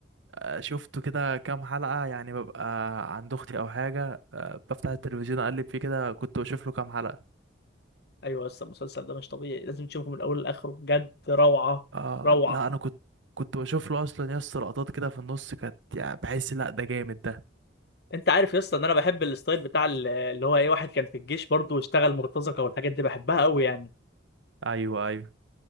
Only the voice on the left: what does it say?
ايوه يا اسطى المسلسل ده مش طبيعي لازم تشوفه من اوله لاخره بجد روعه
روعه
انت عارف يا اسطى ان انا بحب الستايل بتاع ال- اللي هو ايه واحد كان في الجيش برضه واشتغل مرتزقه والحاجات دي بحبها قوي يعني